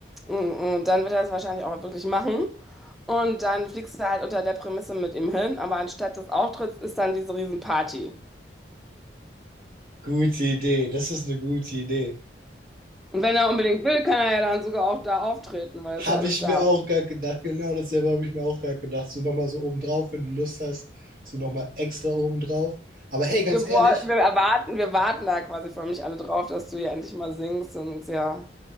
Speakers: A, in the centre; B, on the right (about 50°).
A: Und, und dann wird er das wahrscheinlich auch wirklich machen. Und dann fliegst du halt unter der Prämisse mit ihm hin, aber anstatt des Auftritts ist dann diese Riesenparty.
B: Gute Idee, das ist eine gute Idee.
A: Und wenn er unbedingt will, kann er ja dann sogar auch da auftreten, weil
B: Habe
A: das ja alles
B: ich
A: da.
B: mir auch gerade gedacht, genau dasselbe habe ich mir auch gerade gedacht. So nochmal so obendrauf, wenn du Lust hast, so nochmal extra obendrauf. Aber hey, ganz
A: Wir,
B: ehrlich,
A: woll- wir erwarten, wir warten da quasi für mich alle drauf, dass du ja endlich mal singst und ja,